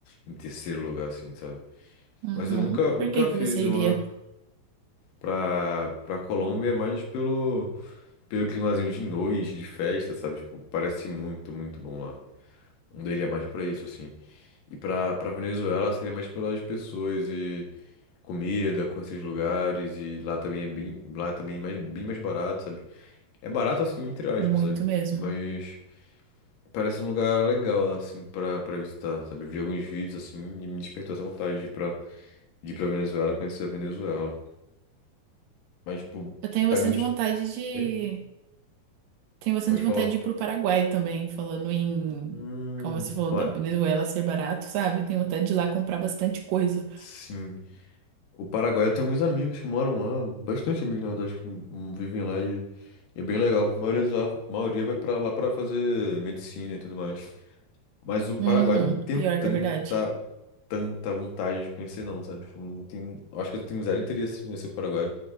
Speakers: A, on the left; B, on the right.
A: em terceiro lugar, assim, sabe?
B: uhum.
A: Mas eu nunca,
B: Por
A: nunca
B: que que
A: fiz
B: você
A: nenhuma
B: iria?
A: pra, pra Colômbia, é mais pelo. pelo climazinho de noite, de festa, sabe? Tipo, parece muito, muito bom lá. Eu iria mais pra isso, assim. E pra, pra Venezuela seria mais pelas pessoas e comida, conhecer os lugares. E lá também é bem, lá também é mais, bem mais barato, sabe? É barato, assim, entre aspas,
B: Muito
A: sabe?
B: mesmo.
A: Mas parece um lugar legal, assim, pra, pra visitar, sabe? Eu vi alguns vídeos, assim, e me despertou essa vontade de ir pra, de ir pra Venezuela, conhecer a Venezuela. Mas, tipo,
B: Eu tenho
A: tá
B: bastante
A: meio... dist-
B: vontade de.
A: Oi?
B: Tenho bastante
A: Pode falar.
B: vontade de ir pro Paraguai também, falando em,
A: Hum,
B: como você falou,
A: para...
B: da Venezuela ser barato, sabe? Tenho vontade de ir lá comprar bastante coisa.
A: Sim. O Paraguai, eu tenho alguns amigos que moram lá, bastante amigos, na verdade, que m- vivem lá e, e é bem legal. A maioria de lá, a maioria vai pra lá pra fazer medicina e tudo mais. Mas o Paraguai
B: Uhum,
A: eu não tenho
B: pior
A: tanta,
B: que é verdade.
A: tanta vontade de conhecer, não, sabe? Tipo, não tenho, eu acho que eu tenho zero interesse em conhecer o Paraguai.